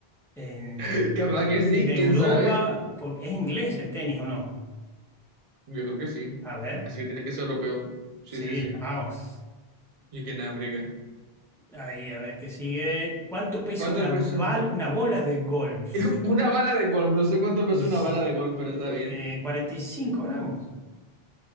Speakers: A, in the centre; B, on the right.
A: en,
B: <laughs> Capaz que sí,
A: en Europa,
B: quién sabe.
A: por- ¿es inglés el tenis o no?
B: Yo creo que sí.
A: A ver,
B: Así que tiene que ser europeo. Sí,
A: sí,
B: sí, sí.
A: vamos.
B: Y que en África.
A: Ahí, a ver qué sigue. ¿Cuánto pesa
B: ¿Cuánto
A: una,
B: pesa
A: bal-
B: una?
A: una bola de golf?
B: <laughs> Una bala de golf, no sé cuánto pesa
A: Es-
B: una bala de golf, pero
A: eh,
B: está bien.
A: 45 gramos.